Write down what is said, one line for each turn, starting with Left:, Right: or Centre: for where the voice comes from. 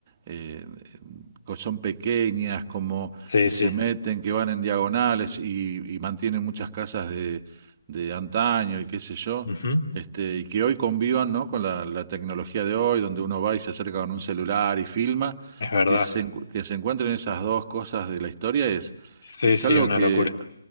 Right: eh, co- son pequeñas, como
Left: Sí,
Right: que
Left: sí.
Right: se meten, que van en diagonales y, y mantienen muchas casas de, de antaño y qué sé yo,
Left: Ujú.
Right: este, y que hoy convivan, ¿no? Con la, la tecnología de hoy, donde uno va y se acerca con un celular y filma,
Left: Es verdad.
Right: que se, encu- que se encuentren esas dos cosas de la historia es,
Left: Sí,
Right: es
Left: sí,
Right: algo
Left: una
Right: que
Left: locura.